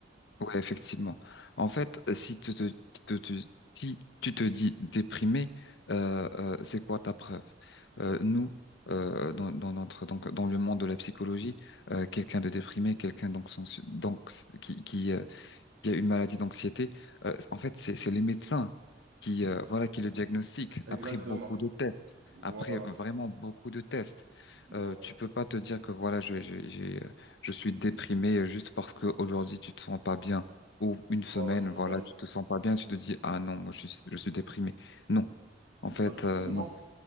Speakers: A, on the left; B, on the right.
A: Ouais, effectivement. En fait, euh, si tu te, te- te- si tu te dis déprimé, euh, euh, c'est quoi ta preuve? Euh, nous, euh, dans, dans notre, donc, dans le monde de la psychologie, euh, quelqu'un de déprimé, quelqu'un donc, sans- donc qui, qui, euh, qu'il y a une maladie d'anxiété, euh, en fait, c'est, c'est les médecins qui, euh, voilà, qui le diagnostiquent
B: Exactement.
A: après beaucoup de tests,
B: Voilà.
A: après vraiment beaucoup de tests.
B: Voilà,
A: Euh, tu peux pas te dire que voilà, je, je, j'ai, euh, je suis déprimé juste parce que aujourd'hui tu te sens pas bien ou une semaine,
B: voilà justement.
A: voilà, tu te sens pas bien, tu te dis ah non, moi je suis, je suis déprimé. Non, en
B: Bah,
A: fait, euh,
B: justement.
A: non.